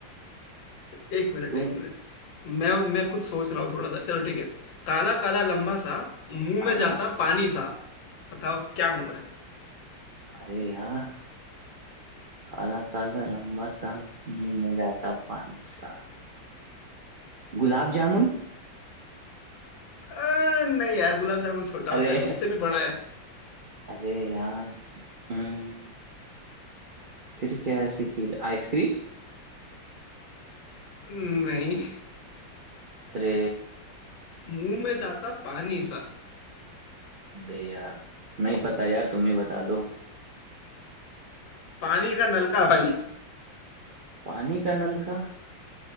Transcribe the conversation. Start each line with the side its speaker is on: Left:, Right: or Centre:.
Left: एक मिनट
Right: तुम
Left: एक मिनट मैं मैं खुद सोच रहा हूँ थोड़ा सा चलो ठीक है काला काला लंबा सा मुंह
Right: हाँ
Left: में जाता
Right: हाँ
Left: पानी सा बताओ क्या हूं मैं
Right: अरे यार काला काला लंबा सा मुंह में जाता पानी सा गुलाब जामुन
Left: अ, नहीं यार गुलाब जामुन छोटा
Right: अरे
Left: होता है उससे भी बड़ा है
Right: अरे यार हम्म, फिर क्या ऐसी चीज आइसक्रीम
Left: नहीं
Right: अरे
Left: मुंह में जाता पानी सा
Right: अरे यार नहीं पता यार तुम ही बता दो
Left: पानी का नलका भाई
Right: पानी का नलका